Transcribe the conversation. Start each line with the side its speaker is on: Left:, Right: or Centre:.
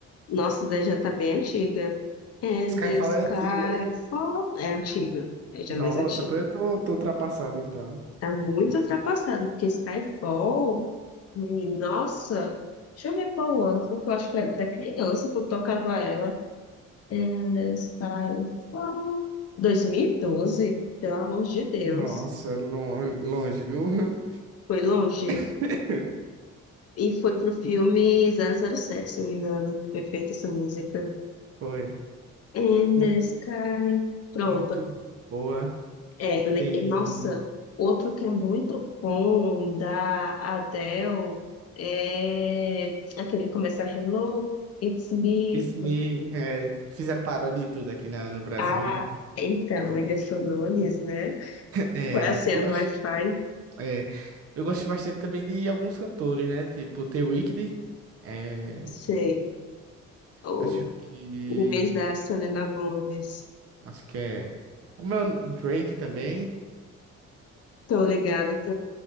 Left: nossa daí já tá bem antiga. And
Right: Skyfall
Left: the sky
Right: é antiga?
Left: fall... É antiga. É já
Right: Nossa,
Left: mais antiga.
Right: pô, eu tô, tô ultrapassado então.
Left: Tá muito ultrapassada, porque Skyfall... hum, Nossa... Deixa eu ver qual ano, porque eu acho que era da criança quando tocava ela. And the sky fall... 2012? Pelo amor de Deus.
Right: Nossa, lon- longe, viu?
Left: Foi longe.
Right: <laughs>
Left: E foi pro filme 007, se não me engano. Perfeita essa música.
Right: Foi.
Left: And
Right: Muito,
Left: the sky. Pronto.
Right: muito boa.
Left: É, le-
Right: Tem.
Left: e, nossa, outro que é muito bom da Adele é aquele que começa Hello, it's me.
Right: Isso me. é, fizeram paródia de tudo aqui na, no Brasil
Left: Ah,
Right: e tal. <laughs>
Left: então, ele falou Nunes, né?
Right: É,
Left: Vai acendo
Right: eu gosto,
Left: Wi-Fi.
Right: é, eu gosto bastante também de alguns cantores, né? Tipo, The Weeknd. é,
Left: Sei. O,
Right: acho que.
Left: o ex da Selena Gomez.
Right: Acho que é. Como é o Drake também.
Left: Tô ligada, tô.